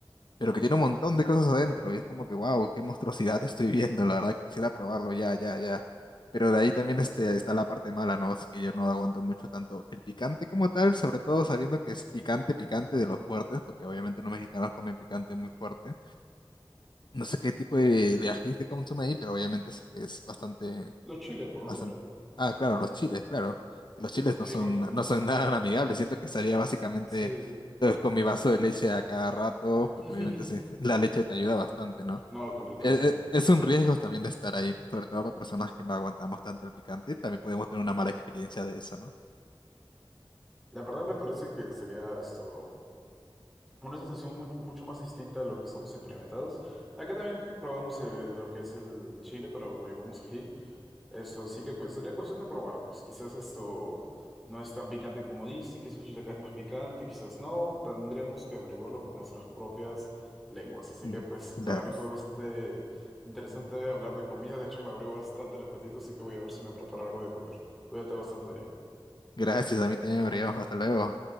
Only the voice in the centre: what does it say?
Los chiles, por lo
general.
O sea,
Así
le
llamamos ají.
Sí.
<laughs>
No, completamente.
La verdad me parece que sería esto una sensación mu- mucho más distinta a lo que estamos experimentados. Acá también probamos eh, lo que es el chile, pero lo llevamos ají. Esto, sí que pues sería cuestión de probar, pues quizás esto no es tan picante como dice, quizás el de acá es más picante, quizás no, tendríamos que averiguarlo por nuestras propias lenguas. Así
que pues
para mí fue bastante interesante hablar de comida, de hecho me abrió bastante el apetito, así que voy a ver si me preparo algo de comer. Cuídate bastante, Adrián.